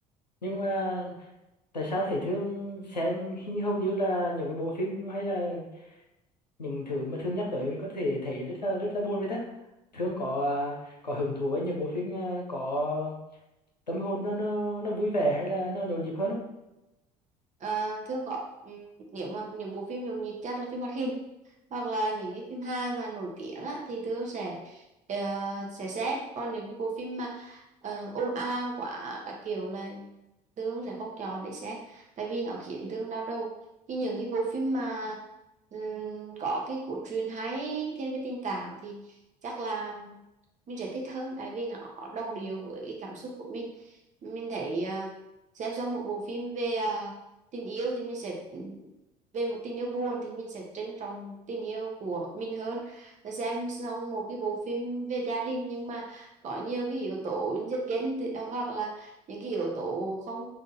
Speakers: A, on the left; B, on the right.
A: nhưng mà tại sao Thế Thương xem hình như hầu như là những cái bộ phim hay là những thứ mà Thương nhắc tới mình có thể thấy rất là rất là buồn với ta Thương có ờ, có hứng thú với những bộ phim ờ, có tâm hồn nó nó nó vui vẻ hay là nó nhộn nhịp hơn không
B: À, thường có ừm, nếu mà những bộ phim nhộn nhịp chắc là phim hoạt hình hoặc là những cái phim hài mà nổi tiếng á, thì thường sẽ ờ, sẽ xem còn những cái bộ phim mà uh, ồn ào quá các kiểu là thương sẽ không chọn để xem tại vì nó khiến thương đau đầu khi những cái bộ phim mà ừm, có cái cốt truyện hay thiên về tình cảm thì chắc là mình sẽ thích hơn tại vì nó đồng điệu với cái cảm xúc của mình mình thấy ờ, xem xong một bộ phim về ờ, tình yêu thì mình sẽ ừ, về một tình yêu buồn thì mình sẽ trân trọng tình yêu của mình hơn là xem xong một cái bộ phim về gia đình nhưng mà có nhiều cái yếu tố giật gân thì, à, hoặc là những cái yếu tố không